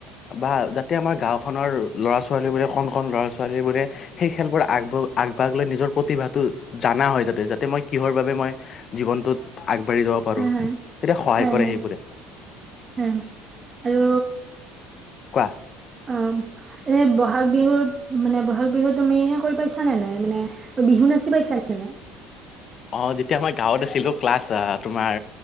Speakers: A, on the left; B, on the right.
A: বা যাতে আমাৰ গাঁওখনৰ ল'ৰা-ছোৱালীবোৰে কণ কণ ল'ৰা ছোৱালীবোৰে সেই খেলবোৰ আগব আগভাগ লৈ, নিজৰ প্ৰতিভাটো জানা হয়, যাতে। যাতে, মই কিহৰ বাবে, মই জীৱনটোত আগবাঢ়ি যাব পাৰোঁ।
B: হয় হয়
A: তেতিয়া, সহায়
B: হয়
A: কৰে, সেইবোৰে।
B: <unintelligible> আৰু
A: কোৱা
B: অ'! এনে, বহাগ বিহু মানে, বহাগ বিহু তুমিহে, কৰি পাইছা নে নাই? মানে, বিহু নাচি পাইছা নে নাই?
A: অ'! তেতিয়া মই, গাঁৱত আছিলোঁ, ক্লাছ তোমাৰ,